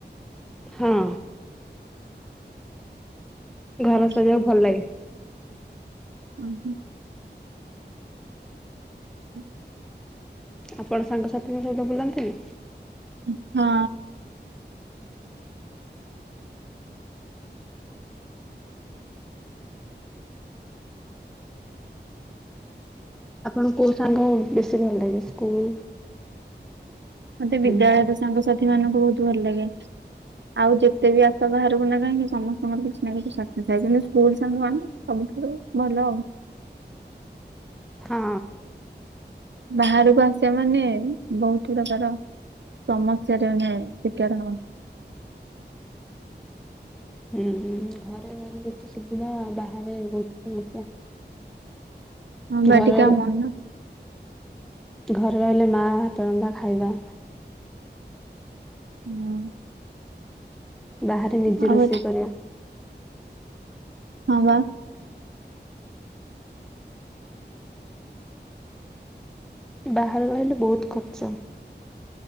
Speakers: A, in the centre; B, on the right.
A: ହଁ। ଘର
B: ହୁଁ
A: ସଜେଇବାକୁ
B: ହୁଁ
A: ଭଲ ଲାଗେ।
B: ହୁଁ ହୁଁ। ହୁଁ।
A: ଆପଣ ସାଙ୍ଗସାଥିଙ୍କ ସହିତ ବୁଲନ୍ତିନି?
B: ହୁଁ ନା।
A: ଆପଣଙ୍କୁ କୋଉ ସାଙ୍ଗ ବେଶୀ ଭଲ ଲାଗେ ସ୍କୁଲ?
B: ମତେ ବିଦ୍ୟାଳୟରେ
A: ବିଦ୍ୟାଳୟ?
B: ସାଙ୍ଗସାଥି ମାନଙ୍କୁ ବହୁତ ଭଲ ଲାଗେ। ଆଉ ଯେତେ ବି ଆସିଥା ବାହାରକୁ ନା କାହିଁକି ସମସ୍ତଙ୍କର କିଛି ନା କିଛି ସ୍ବାର୍ଥ କିନ୍ତୁ ସ୍କୁଲ ସାଙ୍ଗ ମାନେ ସବୁଠାରୁ ଭଲ ଆଉ।
A: ହଁ।
B: ବାହାରକୁ ଆସିବା ମାନେ ବହୁତ ପ୍ରକାର ସମସ୍ୟାରେ ମାନେ ଶିକାର ହ
A: ହୁଁ ଘରେ ରହିଲେ କେତେ ସୁବିଧା ବାହାରେ ବହୁତ ସମସ୍ୟା।
B: ହଁ ବା
A: ଘରେ
B: ଏଥିକା
A: ରହିଲେ
B: ମନ
A: ଘରେ ରହିଲେ ମାଆ ହାତରନ୍ଧା ଖାଇବା।
B: ହଁ,
A: ବାହାରେ ନିଜେ
B: ଆଉ
A: ରୋଷେଇ
B: ଏ
A: କରିବା।
B: ହଁ ବା,
A: ବାହାରେ ରହିଲେ ବହୁତ ଖର୍ଚ୍ଚ।